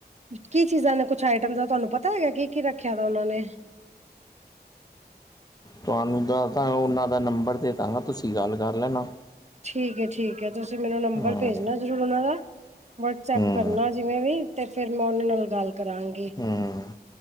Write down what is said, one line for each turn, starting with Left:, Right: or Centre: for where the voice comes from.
Right: ਕੀ ਚੀਜ਼ਾਂ ਨੇ ਕੁਛ ਆਈਟਮ ਦਾ ਤੁਹਾਨੂੰ ਪਤਾ ਹੈਗਾ, ਕੀ-ਕੀ ਰੱਖਿਆ ਦਾ ਉਹਨਾਂ ਨੇ?
Left: ਤੁਹਾਨੂੰ ਦ ਤਾਂ ਉਹਨਾਂ ਦਾ ਨੰਬਰ ਦੇ ਦਾਂਗਾ, ਤੁਸੀਂ ਗੱਲ ਕਰ ਲੈਣਾ।
Right: ਠੀਕ-ਠੀਕ, ਤੁਸੀਂ ਮੈਨੂੰ ਨੰਬਰ
Left: ਹੂੰ
Right: ਭੇਜਣਾ ਜ਼ਰੂਰ ਉਹਨਾ ਦਾ ਵਟਸਐਪ
Left: ਹੂੰ
Right: ਕਰਨਾ। ਜਿਵੇਂ ਵੀ ਤੇ ਫੇਰ ਮੈਂ ਉਹਨਾਂ ਨਾਲ ਗੱਲ ਕਰਾਂਗੀ।
Left: ਹੂੰ